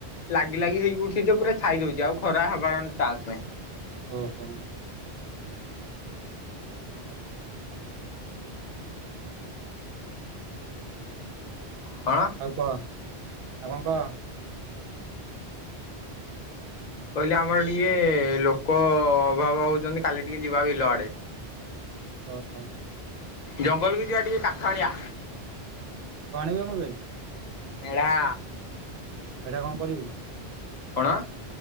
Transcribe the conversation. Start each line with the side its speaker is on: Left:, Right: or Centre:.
Left: ଲାଗି ଲାଗି ହେଇକି ଉଠିଯେ ପୁରା ଛାଇ ଦଉଛି ଆଉ ଖରା ହବାର ଚାନ୍ସ ନାହିଁ।
Right: ଓହୋ।
Left: କଣ?
Right: ଆଉ କହ ଆଉ କଣ କହ?
Left: କହିଲି ଆମର ଟିକେ ଲୋକ ଅଭାବ ହଉଛନ୍ତି କାଲି ଟିକେ ଯିବା ବିଲ ଆଡେ
Right: ଓହୋ।
Left: ଜଙ୍ଗଲକୁ ଯିବା ଟିକେ କାଠ ଆଣିଆ।
Right: କଣ ଆଣିବୁ ମୋ ପାଇଁ
Left: ମେଢା।
Right: ମେଢା କଣ କରିବୁ?
Left: କଣ?